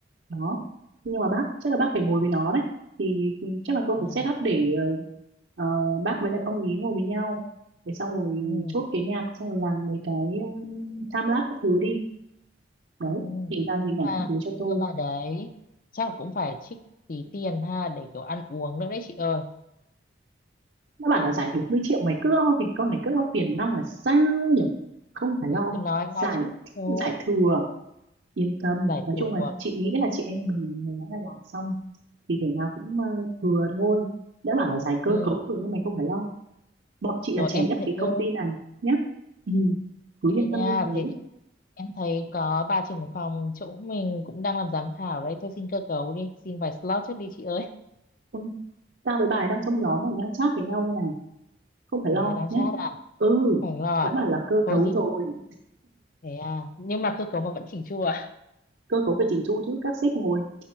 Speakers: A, on the right; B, on the left.
A: đó nhưng mà bác chắc là bác phải ngồi với nó đấy thì chắc là tôi
B: à,
A: phải set up để ờ, ờ, bác với lại ông ý ngồi với nhau để xong rồi
B: ừ.
A: chốt cái nhạc xong rồi làm mấy cái um, time lapse các thứ đi đấy
B: Ừ.
A: thì ra hình
B: Cơ mà
A: ảnh các thứ cho tôi
B: cơ mà đấy chắc là cũng phải trích tí tiền ha để kiểu ăn uống nữa đấy chị ơi
A: nó bảo là giải 40 triệu mày cứ lo thì con này cứ lo tiền nong là sao nhỉ không phải lo
B: em cứ nói
A: giải
B: nói chứ thua
A: giải thừa yên tâm
B: giải
A: nói
B: thua
A: chung là chị nghĩ là chị em mình nó là làm xong thì thể nào cũng ờ, thừa thôi đã bảo là giải cơ
B: ừ.
A: cấu rồi nhưng mày không phải lo bọn chị
B: rồi
A: là trẻ
B: em
A: nhất
B: thấy
A: cái
B: ừ,
A: công ty này nhá ừ. cứ
B: ê
A: yên tâm
B: nha
A: như thế
B: thế thì em thấy có bà trưởng phòng chỗ mình cũng đang làm giám khảo đấy thôi xin cơ cấu đi xin vài slot trước đi chị ơi
A: Ôi, tao với bà ấy đang trong nhóm này đang chat với nhau đây này không phải
B: thế
A: lo
B: à, đang
A: nhá
B: chat à
A: ừ
B: khoảng lo
A: đã
B: à
A: bảo là cơ
B: thôi
A: cấu
B: gì
A: rồi
B: thế à nhưng mà cơ cấu mà vẫn chỉnh chu à
A: cơ cấu phải chỉnh chu chứ các sếp ngồi